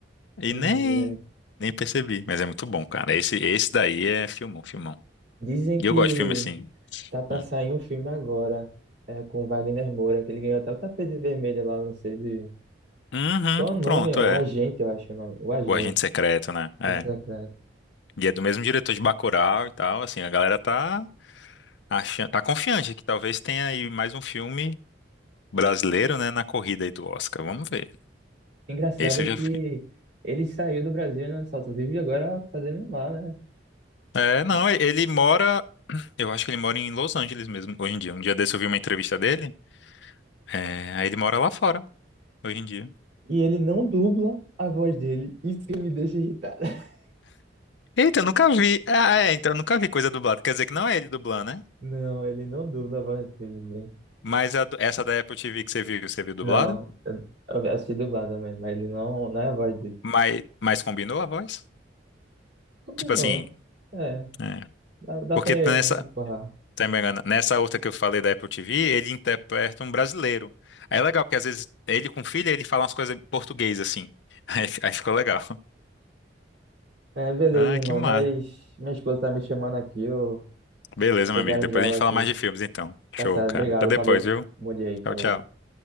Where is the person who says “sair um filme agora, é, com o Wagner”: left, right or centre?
Right